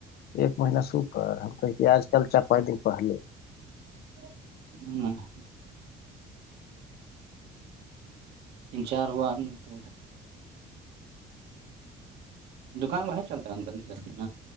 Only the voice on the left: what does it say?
ایک مہینہ سوپر ہم کہے کہ آج کل چا پانچ دن پہلے